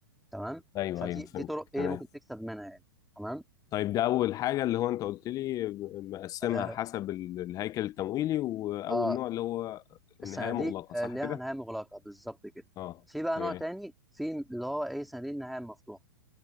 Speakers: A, in the centre; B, on the left.
A: تمام؟
B: ايوه
A: فدي
B: ايوه فهمتك
A: دي طرق إيه
B: تمام
A: ممكن تكسب منها يعني تمام؟
B: طيب ده اول حاجه اللي هو انت قلت لي مقسمها
A: آه،
B: حسب ال- الهيكل التمويلي واول
A: اه
B: نوع اللي هو النهايه
A: الصناديق
B: مغلقه
A: آه،
B: صح
A: ليها
B: كده
A: نهايه مغلقه بالظبط كده
B: اه
A: في بقى
B: تمام
A: نوع تاني في اللي هو ايه صناديق النهايه المفتوحه